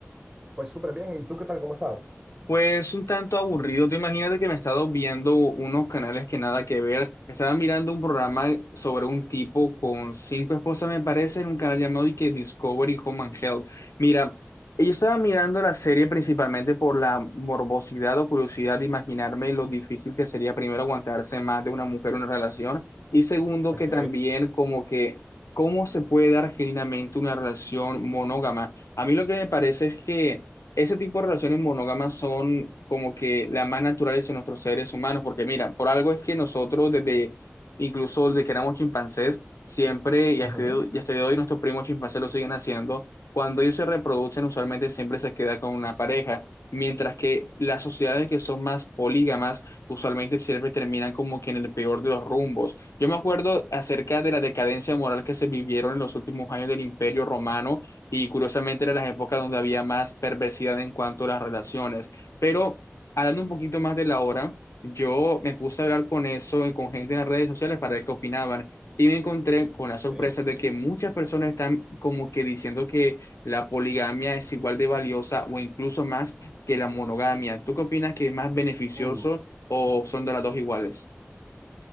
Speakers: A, on the right; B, on the left.
A: Pues súper bien. ¿Y tú qué tal? ¿Cómo has estado?
B: Pues un tanto aburrido. Tú imagínate que me he estado viendo unos canales que nada que ver. Estaba mirando un programa sobre un tipo con cinco esposas, me parece, en un canal llamado y que Discovery Home and Health. Mira, yo estaba mirando la serie principalmente por la morbosidad o curiosidad de imaginarme lo difícil que sería primero aguantarse más de una mujer en una relación y segundo
A: Ok,
B: que también como que cómo se puede dar genuinamente una relación monógama. A mí lo que me parece es que ese tipo de relaciones monógamas son como que las más naturales en nuestros seres humanos, porque mira, por algo es que nosotros desde, incluso desde que éramos chimpancés, siempre, y
A: Ujú.
B: hasta, y hasta el día de hoy nuestros primos chimpancés lo siguen haciendo, cuando ellos se reproducen usualmente siempre se queda con una pareja, mientras que las sociedades que son más polígamas usualmente siempre terminan como que en el peor de los rumbos. Yo me acuerdo acerca de la decadencia moral que se vivieron en los últimos años del Imperio Romano y curiosamente eran las épocas donde había más perversidad en cuanto a las relaciones. Pero hablando un poquito más de la hora, yo me puse a hablar con eso, eh, con gente en las redes sociales para ver qué opinaban. Y me encontré con la sorpresa
A: ok.
B: de que muchas personas están como que diciendo que la poligamia es igual de valiosa o incluso más que la monogamia. ¿Tú qué opinas que es más beneficioso
A: Uh,
B: o son de las dos iguales?